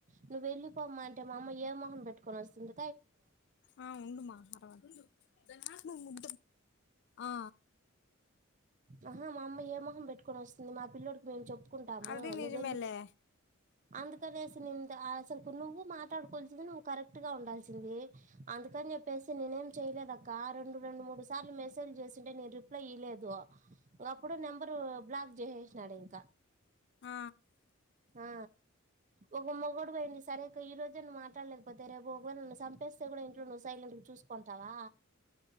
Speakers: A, on the right; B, on the left.
A: నువ్వు వెళ్ళిపోమ్మా అంటే మా అమ్మ ఏ మొహం పెట్టుకొని వస్తుంది
B: ఆ ఉండుమా తరవాత మ అ
A: అహా మామ్మ ఏమ పెట్టుకొని వస్తుంది మా పిల్లడికి మేము చెప్పుకుంటాము
B: అది నిజమేలే.
A: నువ్వ వెళ్ళి అందుకని అసలు అసలు నువ్వు మాట్లాడుకోవాల్సింది నువ్వు కరెక్ట్ గా ఉండాల్సింది అందుకని చెప్పేసి నేనే ఏం చేయలేదుక్క రెండు రెండు మూడు సార్లు మెసేజ్ చేసింటే నేను రిప్లై ఇయ్వలేదు ఒక అప్పుడు నెంబరు బ్లాక్ చేససినాడు ఇంకా
B: ఆ
A: ఆ ఒక మొడు పోయిడి సరే ఈ రోజే నువ్వు మాట్లాడలేకపోతే రేపు ఒకవేళ నున్ను చంపేస్తే కూడా ఇంట్లో నువ్వు సైలెంట్ చూసుకుంటావా